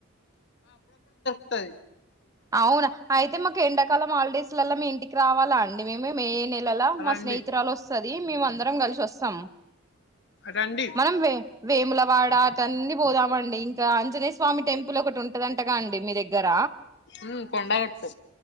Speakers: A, on the left (about 55°); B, on the right (about 15°).
A: స్తది
B: అవునా అయితే మాకు ఎండాకాలం హాలిడేస్ ల్లా మీ ఇంటికి రావాల లాండి మేమే ల్లల మా
A: రండి
B: స్నేహితురాలు వస్తుంది మేము అందరం కలిసి వస్తాం
A: రండి
B: మనం వేములవాడ అటన్నీ పోదామ అండి ఇంకా అంజనే స్వామి టెంపుల్ ఒకటి ఉంటదంటగా అండి మీ దగ్గర
A: ఉమ్ కొండగట్టు